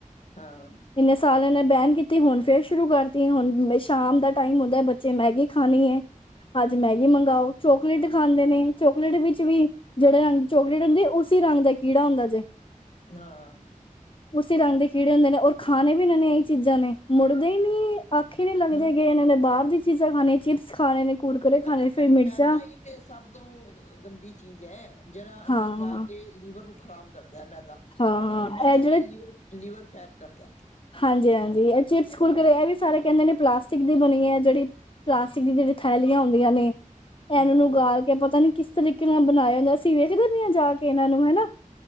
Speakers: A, on the left (about 55°); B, on the left (about 40°).
A: ਹਾਂ।
B: ਇੰਨੇ ਸਾਲ ਨੇ ਬੈਨ ਕੀਤੀ ਹੁਣ ਫੇਰ ਸ਼ੁਰੂ ਕਰਤੀ ਹੁਣ ਸ਼ਾਮ ਦਾ ਟਾਈਮ ਹੁੰਦਾ ਬੱਚੇ ਮੈਗੀ ਖਾਣੀ ਹੈ। ਅੱਜ ਮੈਗੀ ਮੰਗਾਓ ਚੋਕਲੇਟ ਖਾਂਦੇ ਨੇ ਚੋਕਲੇਟ ਵਿੱਚ ਵੀ ਜਿਹੜੇ ਰੰਗ ਦੀ ਚੋਕਲੇਟ ਹੁੰਦੀ ਉਸੀ ਰੰਗ ਦਾ ਕੀੜਾ ਹੁੰਦਾ ਜੇ।
A: ਹਾਂ
B: ਉਸੇ ਰੰਗ ਦੇ ਕੀੜੇ ਹੁੰਦੇ ਨੇ ਔਰ ਖਾਣੇ ਵੀ ਇਹਨਾਂ ਨੇ ਇਹੀ ਚੀਜ਼ਾਂ ਨੇ ਮੁੜਦੇ ਹੀ ਨੀ। ਆਖੇ ਨੀ ਲੱਗਦੇ
A: ਹਾਂ
B: ਹੈਗੇ ਇਹਨਾਂ ਨੇ ਬਾਹਰ ਦੀ ਚੀਜ਼ਾਂ ਖਾਣੀਆਂ ਚਿਪਸ ਖਾਣੇ ਨੇ ਕੁਰਕੁਰੇ ਖਾਣੇ
A: ਅਰੇ
B: ਫਿਰ
A: ਅਰੇ
B: ਮਿਰਚਾਂ
A: ਮੈਦਾ ਹੀ ਤੇ ਸਭ ਤੋਂ ਗੰਦੀ ਚੀਜ਼ ਹੈ ਜਿਹੜਾ ਅੰਦਰ
B: ਹਾਂ
A: ਜਾ ਕੇ ਲੀਵਰ ਨੂੰ ਖਰਾਬ ਕਰਦਾ ਹੈ। ਮੈਦਾ-
B: ਹਾਂ
A: ਮੈਦਾ
B: ਇਹ ਜਿਹੜੇ
A: ਹੀ ਲੀਵਰ ਲੀਵਰ ਫੈਟ ਕਰਦਾ
B: ਹਾਂਜੀ ਹਾਂਜੀ ਇਹ ਚਿਪਸ ਕੁਰਕਰੇ ਇਹ ਵੀ ਸਾਰੇ ਕਹਿਦੇ ਨੇ ਪਲਾਸਟਿਕ ਦੀ ਬਣੀ ਹੈ। ਜਿਹੜੀ ਪਲਾਸਟਿਕ ਦੀ ਜਿਹੜੀ ਥੈਲੀਆਂ ਹੁੰਦੀਆਂ ਨੇ ਇਹਨਾ
A: ਹਾਂ
B: ਨੂੰ ਗਾਲ ਕੇ ਪਤਾ ਨੀ ਕਿਸ ਤਰੀਕੇ ਨਾਲ ਬਣਾਇਆ ਜਾਦਾ ਅਸੀ ਵੇਖਦੇ ਪਈ ਹ ਜਾ ਕੇ ਇਹਨਾ ਨੂੰ ਹਨਾ